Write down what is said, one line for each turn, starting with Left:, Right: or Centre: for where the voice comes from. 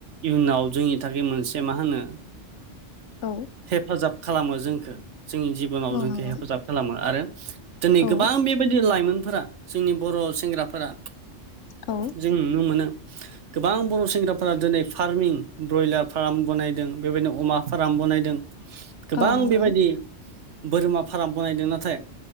Right: इयुनाव जोंनि थाखाय मोनसे मा होनो
Left: औ
Right: हेफाजाब खालामो जोंखौ जोंनि जिबनाव
Left: औ
Right: जोंखौ
Left: नंगौ
Right: हेफाजाब खालामो आरो दिनै
Left: औ
Right: गोबां बे बेबायदि लाइमोनफोरा जोंनि बर' सेंग्राफोरा
Left: औ
Right: जों नुनो मोनो गोबां बर' सेंग्राफोरा दिनै फार्मिं ब्रयलार फार्म बनायदों बेबायदिनो अमा फार्म बनायदों। गोबां
Left: औ नंगौ
Right: बेबायदि बोरमा फाराम बनायदों नाथाय